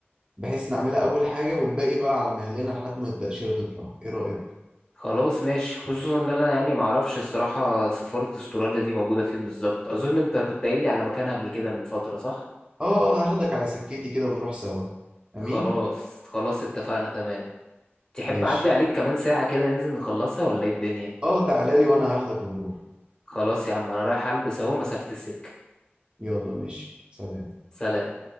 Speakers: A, on the right; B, on the left.
A: بحيث نعملها اول حاجه والباقي بقى على مهلنا لحد ما التاشيره تطلع ايه رايك
B: خلاص ماشي خصوصا ان انا يعني معرفش الصراحة سفارة استراليا دي موجودة فين بالظبط اظن انت كنت قايل لي على مكانها قبل كده من فترة صح
A: اه آه، هاخدك على سكتي كده ونروح سوا
B: خلاص
A: امين
B: خلاص اتفقنا تمام تحب
A: ماشي
B: أعدي عليك كمان ساعة كده ننزل نخلصها ولا ايه الدنيا
A: اه تعالى لي وانا هاخدك ونروح
B: خلاص يا عم انا رايح البس اهو مسافة السكة
A: يلا ماشي سلام
B: سلام